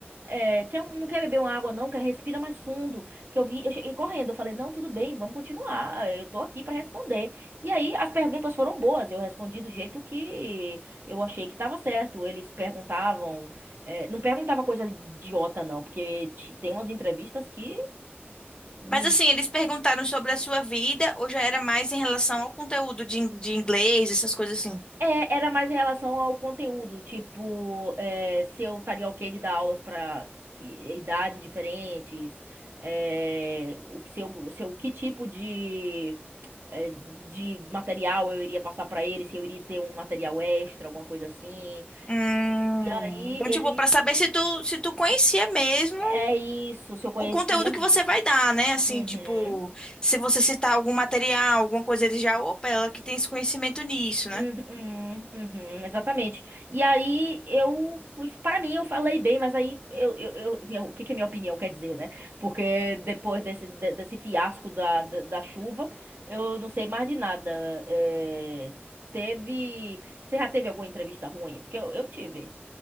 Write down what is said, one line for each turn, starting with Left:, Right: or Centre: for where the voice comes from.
Right: É, quer, um- não quer beber uma água, não, quer respira mais fundo. Que eu vi, eu cheguei correndo, eu falei, não, tudo bem, vamos continuar. Eu tô aqui pra responder. E aí as perguntas foram boas, eu respondi do jeito que eu achei que tava certo. Eles perguntavam, é, não perguntava coisa idiota, não, porque te- tem umas entrevistas que. meni-
Left: Mas assim, eles perguntaram sobre a sua vida ou já era mais em relação ao conteúdo de, in- de inglês, essas coisas assim?
Right: É, era mais em relação ao conteúdo, tipo, é, se eu estaria ok de dar aulas pra i- idades diferentes, é, o que, se eu, se eu- que tipo de eh, de material eu iria passar pra ele, se eu iria ter um material extra, alguma coisa assim.
Left: Hum,
Right: E aí
Left: então,
Right: ele.
Left: tipo, pra saber se tu, se tu conhecia mesmo
Right: É isso, se eu conhecia
Left: o conteúdo
Right: mesmo.
Left: que você vai dar, né? Assim,
Right: Uhum.
Left: tipo, se você citar algum material, alguma coisa, ele já, opa, ela que tem esse conhecimento nisso,
Right: Uhum,
Left: né?
Right: uhum, exatamente. E aí eu fui, para mim eu falei bem, mas aí eu, eu, eu- minha- o que que a minha opinião quer dizer, né? Porque depois desse, de- desse fiasco da, da, da chuva, eu não sei mais de nada. É, teve, você já teve alguma entrevista ruim? Porque eu, eu tive.